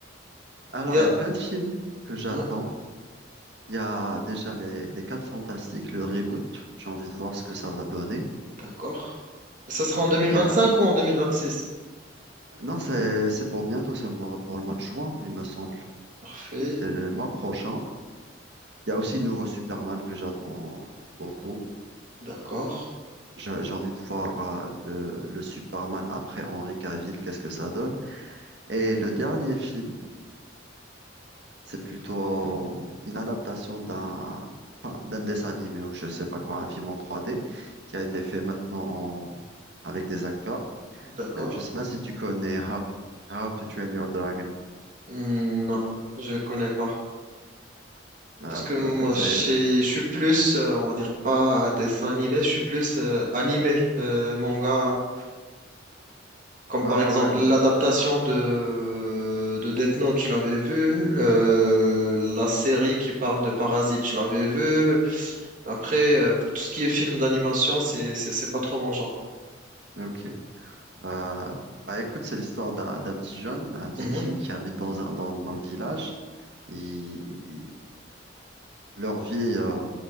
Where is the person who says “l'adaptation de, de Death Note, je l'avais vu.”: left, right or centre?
Right